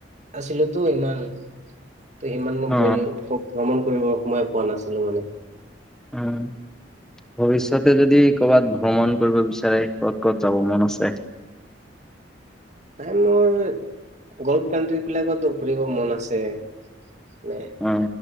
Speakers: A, on the right; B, in the centre.
A: আছিলোতো ইমান ত' সিমান
B: অ
A: ভৰি, ভ্ৰমণ কৰিব সময়ে পোৱা নাছিলো মানে।
B: উম। ভৱিষ্যতে যদি ক'ৰবাত ভ্ৰমণ কৰিব বিচাৰে ক'ত ক'ত যাব মন আছে?
A: মানে মোৰ গল্ফ কাউন্ট্ৰীবিলাকতো ফুৰিব মন আছে। মে
B: অ